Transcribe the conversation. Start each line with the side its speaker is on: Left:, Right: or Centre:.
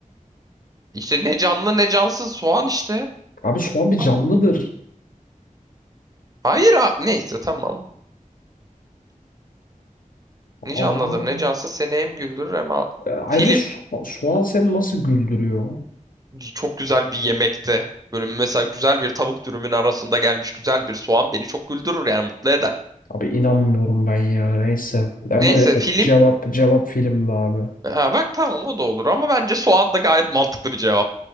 Right: İşte ne canlı ne cansız soğan işte.
Left: Abi soğan bir
Right: Ha?
Left: canlıdır.
Right: Hayır ha. Neyse tamam.
Left: Aa,
Right: Ne canlıdır ne cansız seni hem güldürür hem a-
Left: e, ayrıca
Right: Film.
Left: so- soğan seni nasıl güldürüyor?
Right: Çok güzel bir yemekte. Böyle mesela güzel bir tavuk dürümün arasında gelmiş güzel bir soğan beni çok güldürür yani mutlu eder.
Left: Abi inanmıyorum ben ya neyse. Ama
Right: Neyse
Left: evet
Right: film.
Left: cevap cevap filmdi abi.
Right: Ha, bak tamam o da olur ama bence soğan da gayet mantıklı bir cevap.